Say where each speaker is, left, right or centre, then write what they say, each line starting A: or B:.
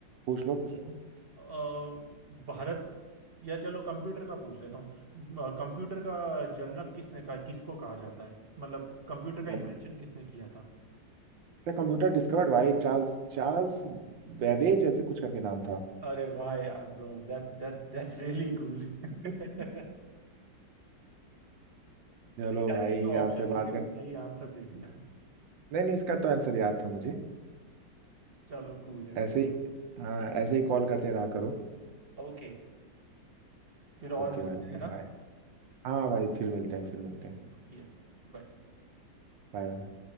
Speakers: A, on the right (about 80°); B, on the right (about 35°).
A: पूछ लो पूछ लो
B: आ, भारत या चलो कंप्यूटर का पूछ लेता हूँ कंप्यूटर का जनक किसने कहा किसको कहा जाता है मतलब कंप्यूटर का इन्वेंशन
A: अच्छा
B: किसने किया था?
A: कंप्यूटर डिस्कवर्ड भाई चार्ल्स चार्ल्स बेबेज ऐसे कुछ करके नाम था
B: अरे वाह यार bro that's that's that's really cool <laughs>
A: <laughs> चलो
B: यार
A: भाई
B: ये तो ऑप्शन
A: आपसे बात
B: दिए
A: करके
B: बिना ही आंसर दे दिया
A: नहीं नहीं इसका तो आंसर याद था मुझे
B: चलो कूल है
A: ऐसे
B: कूल
A: ही हाँ ऐसे ही कॉल करते रहा करो
B: ओके फिर और
A: ओके
B: मिलते
A: भाई ओके
B: हैं ना
A: बाय हाँ भाई फिर मिलते हैं फिर मिलते हैं
B: Yes bro yes bro bye.
A: बाय